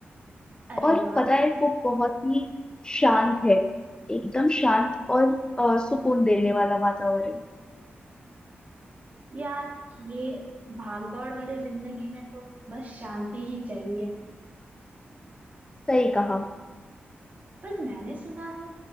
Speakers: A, on the right; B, on the left.
A: अरे
B: और
A: वाह
B: पता है वो बहुत ही शांत है एकदम शांत और अ, सुकून देने वाला वातावरण
A: यार ये भागदौड़ वाली जिंदगी में तो बस शांति ही चाहिए
B: सही कहा
A: पर मैंने सुना है